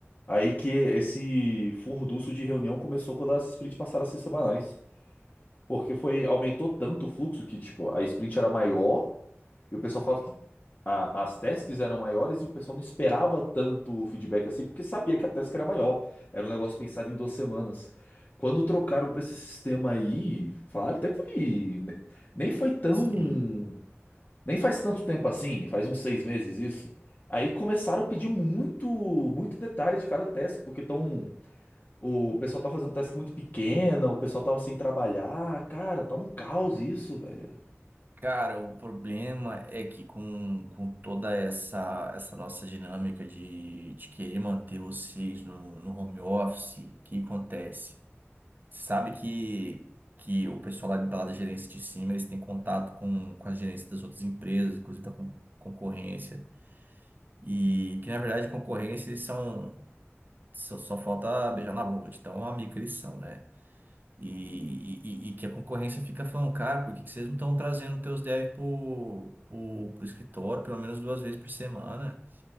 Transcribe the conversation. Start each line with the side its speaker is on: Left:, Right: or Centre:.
Left: Aí que esse furdunço de reunião começou quando as sprints passaram a ser semanais. Porque foi, aumentou tanto o fluxo que, tipo, a sprint era maior e o pessoal falava que a- as tasks eram maiores e o pessoal não esperava tanto o feedback assim, porque sabia que a task era maior. Era um negócio pensado em duas semanas. Quando trocaram pra esse sistema aí, falaram até que foi. ne- Nem foi tão.
Right: Sim.
Left: Nem faz tanto tempo assim, faz uns seis meses isso. Aí começaram a pedir muito, muito detalhe de cada task, porque tão. O pessoal tá fazendo task muito pequena, o pessoal tava sem trabalhar. Cara, tá um caos isso, velho.
Right: Cara, o problema é que com, com toda essa, essa nossa dinâmica de, de querer manter vocês no, no home office, o que acontece? Sabe que, que o pessoal lá da, lá da gerência de cima, eles têm contato com, com a gerência das outras empresas, inclusive da con- concorrência, e que na verdade concorrência eles são, só, só falta beijar na boca de tão amigo que eles são, né? E, e, e- e que a concorrência fica falando, cara, por que que vocês não estão trazendo teus devs pro, pro, pro escritório pelo menos duas vezes por semana?